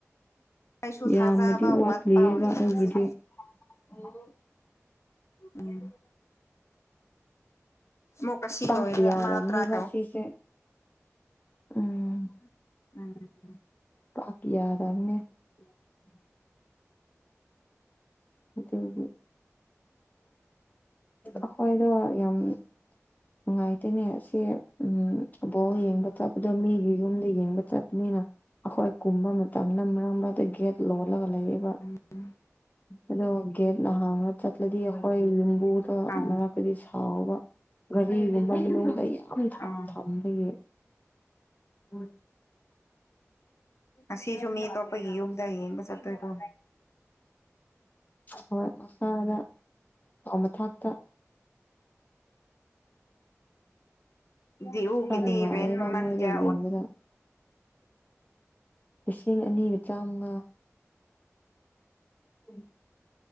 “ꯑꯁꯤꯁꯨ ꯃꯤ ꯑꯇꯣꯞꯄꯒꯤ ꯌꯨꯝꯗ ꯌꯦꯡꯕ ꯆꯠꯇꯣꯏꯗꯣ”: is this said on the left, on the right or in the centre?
Left